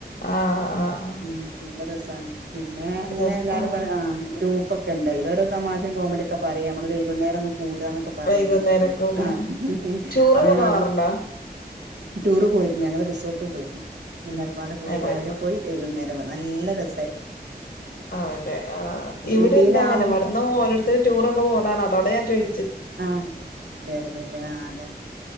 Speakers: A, on the left; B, on the right.
A: ആഹ് ആഹ് ആഹ്
B: ഉം നല്ല രസാണ് പിന്നെ അങ്ങനെ
A: രസാണ്
B: എല്ലാവാരും ആഹ് ഗ്രൂപ്പോ ക്കെണ്ട് അയ്ലോരോ തമാശീ കോമഡിക്കെ പറിം നമ്മള് വൈകുന്നേരം ഒന്ന് കൂടാന്നൊ പറയും
A: വൈകുന്നേരക്കൂടെ
B: ആഹ്
A: ടൂറൊക്കെ
B: അപ്പൊ ഞങ്ങളട
A: പോവാറുണ്ടോ
B: ടൂറ് പോയിരുന്നു ഞങ്ങള്ൾ റിസോർട്ടിൽ പോയിരുന്നു എല്ലാരമ്പാട കൂടി
A: ഏഹ് പോയിരുന്നോ
B: രാവിലെ പോയി വേകുന്നേരമാണ് നല്ല രസമായി
A: ആണല്ലേ ആഹ് ഇവിടെ
B: ഇതിലാവുമ്പോ
A: ഇണ്ട് അങ്ങെ ഇവിടുന്ന് ഓരുത്തരു ടൂറൊക്കെ പോണാണ് അതോണ്ടാ ഞാൻ ചോയി
B: ആഹ് അതെ അതെ അതെ ആഹ് അതന്നെ